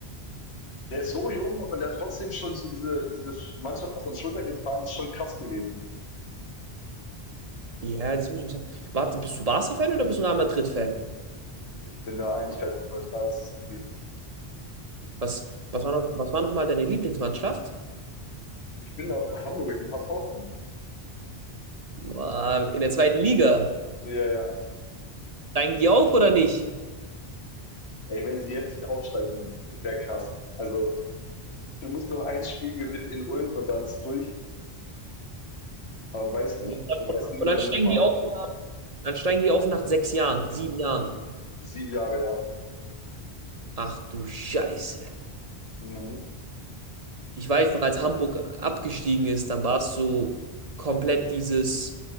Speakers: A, on the left (about 85°); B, on the right (about 40°).
A: der ist so jung und der hat trotzdem schon so diese, diese Mannschaft auf seinen Schultern getragen, ist schon krass gewesen.
B: Ja, das muss ich auch sagen. Warte, bist du Barca-Fan oder bist du Real Madrid-Fan?
A: Ich bin da eigentlich relativ neutral, was das angeht.
B: Was, was war noch, was war noch mal deine Lieblingsmannschaft?
A: Ich bin da Hamburger, ich bin HSV-Fan.
B: Boah, in der zweiten Liga.
A: Ja, ja.
B: Steigen die auf oder nicht?
A: Ey, wenn sie jetzt nicht aufsteigen, wäre krass. Also, du musst noch ein Spiel gewinnen in Ulm und dann ist durch. Aber man weiß nicht.
B: Und
A: Man weiß nie
B: dann
A: bei diesem
B: steigen
A: Verein.
B: die auf, dann steigen die auf nach sechs Jahren, sieben Jahren.
A: sieben Jahre, ja.
B: Ach du Scheiße.
A: Mhm.
B: Ich weiß noch, als Hamburg abgestiegen ist, dann war es so komplett dieses,